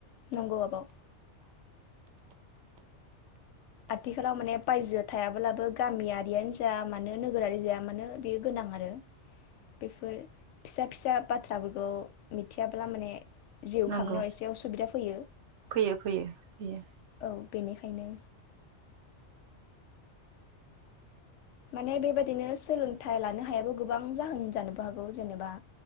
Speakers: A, on the left (about 85°); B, on the right (about 80°).
A: नंगौ आबौ आथिखालाव माने बायजो थायाब्लाबो गामियारियानो जा मानो नोगोरारि जा मानो बेयो गोनां आरो बेफोर फिसा फिसा बाथ्राफोरखौ मिथियाब्ला माने जिउ
B: नंगौ
A: खांनायाव एसे उसुबिदा फैयो
B: फैयो फैयो फैयो
A: औ बेनिखायनो माने बेबायदिनो सोलोंथाइ लानो हायाबो गोबां जाहोन जानोबो हागौ जेनेबा